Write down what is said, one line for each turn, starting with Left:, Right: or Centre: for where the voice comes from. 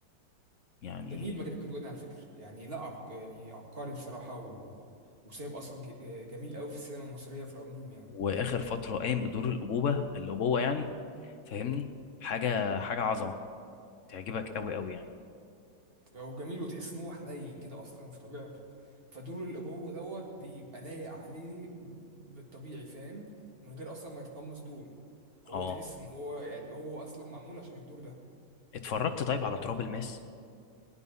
Left: يعني
Right: جميل ماجد الكدواني على فكره يعني لا عب... يعني عبقري بصراحه و... وسايب اثر ج... جميل قوي في السينما المصريه في العموم يعني
Left: واخر فترة قايم بدور الابوبة الابوة يعني فاهمني حاجة حاجة عظمة تعجبك قوي قوي يعني
Right: هو جميل وتحس ان هو حنين كده اصلا في طبيعته فدور الابوه دوت بيبقى لايق عليه بالطبيعي فاهم من غير اصلا ما يتقمص دور هو
Left: اه
Right: تحس ان هو يعني هو اصلا معمول عشان الدور ده
Left: اتفرجت طيب على تراب الماس